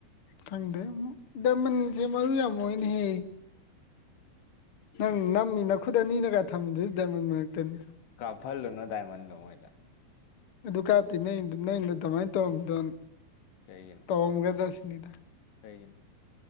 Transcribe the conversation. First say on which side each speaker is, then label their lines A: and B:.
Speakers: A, on the left; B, on the left.
A: ꯊꯪꯗꯦ ꯗꯥꯏꯃꯟꯖꯦ ꯃꯔꯨ ꯌꯥꯝ ꯑꯣꯏꯅꯦꯍꯦ ꯅꯪ ꯅꯝꯃꯤ ꯅꯈꯨꯠ ꯑꯅꯤꯅꯒ ꯊꯝꯃꯤꯗꯨꯗꯤ ꯗꯃꯟ ꯃꯔꯛꯇꯅꯤ
B: ꯀꯥꯞꯐꯜ ꯂꯨꯅꯨ ꯗꯥꯥꯏꯃꯟꯗꯣ ꯃꯣꯏꯗ
A: ꯑꯗꯨ ꯀꯥꯇꯤꯉꯩ ꯅꯪ ꯅꯪꯩꯅ ꯑꯗꯨꯃꯥꯏꯅ ꯇꯧꯔꯝꯕꯗꯣ
B: ꯀꯩꯒꯤꯅꯣ
A: ꯇꯧꯔꯝꯒꯗ꯭ꯔꯥ ꯁꯤꯅꯤꯗ
B: ꯀꯩꯒꯤꯅꯣ